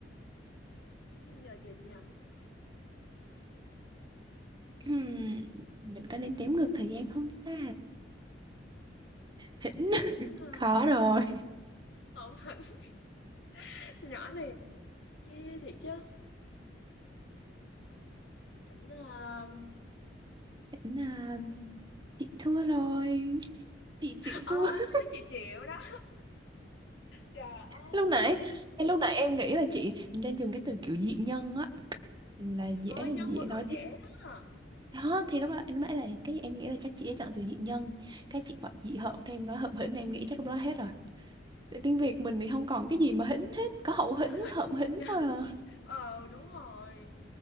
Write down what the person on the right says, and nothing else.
Ừm, mình có nên đếm ngược thời gian không ta? Hỉnh
<laughs>
khó rồi.
Hỉnh à, chị thua rồi. Chị chịu
thua. <laughs>
Lúc nãy, ngay lúc nãy em nghĩ là chị nên dùng cái từ kiểu dị nhân á là dễ
dễ
nói
tiếp.
Đó thì lúc đó lúc nãy là cái em nghĩ là chắc chị sẽ chọn từ dị nhân. Cái chị gọi dị hợm thì em nói hợm hỉnh em nghĩ chắc lúc đó hết rồi. Tại tiếng Việt mình thì không còn cái gì mà hỉnh hết, có hậu hỉnh,
hợm
hỉnh
thôi à.